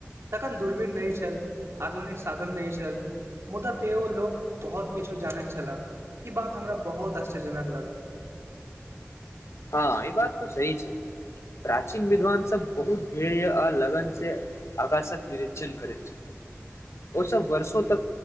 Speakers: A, on the right; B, on the left.
A: तखन दूरबीन नहि छल आधुनिक साधन नहि छल मुद्दा ते ओ लोक बहुत किछु जानैत छह ई बात हमरा बहुत आश्चर्यजनक लगल
B: हँ ई बात तऽ सही छै प्राचीन विद्वान सब बहुत ध्येय अ लगन से आकाशक निरिक्षण करैत छलाह ओ सब वर्षो तक